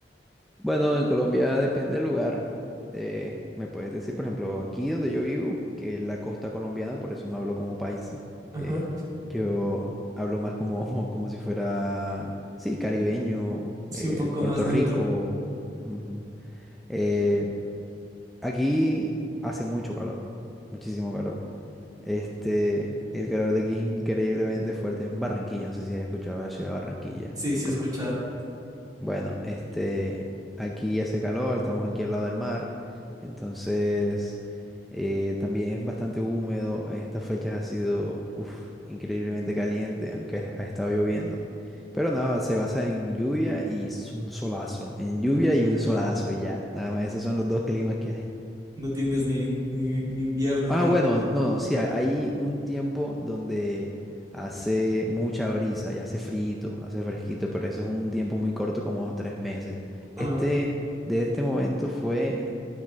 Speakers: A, in the centre; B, on the right.
A: Bueno, en Colombia depende del lugar. Eh, me puedes decir, por ejemplo, aquí donde yo vivo, que es la costa colombiana, por eso no hablo como paisa.
B: Ajá.
A: Eh, yo hablo más como, <laughs> como si fuera, sí, caribeño,
B: Sí,
A: eh,
B: un poco
A: Puerto
B: más neutro.
A: Rico. ujú. Eh, aquí hace mucho calor, muchísimo calor. Este, el calor de aquí es increíblemente fuerte en Barranquilla. No sé si has escuchado la ciudad de Barranquilla
B: Sí,
A: en
B: sí,
A: Colombia.
B: escucha.
A: Bueno, este, aquí hace calor, estamos aquí al lado del mar, entonces eh, también es bastante húmedo. En estas fechas ha sido, uf, increíblemente caliente, aunque ha estado lloviendo. Pero nada, se basa en lluvia y s- un solazo, en lluvia
B: Uy,
A: y un solazo y ya. Nada más, esos son los dos climas que hay.
B: no tienes ni, ni, ni invierno
A: Ah,
B: ni.
A: bueno, no, sí, ha- hay un tiempo donde hace mucha brisa y hace frito, hace fresquito, pero eso es un tiempo muy corto, como dos, tres meses.
B: Ah,
A: Este, de este momento fue,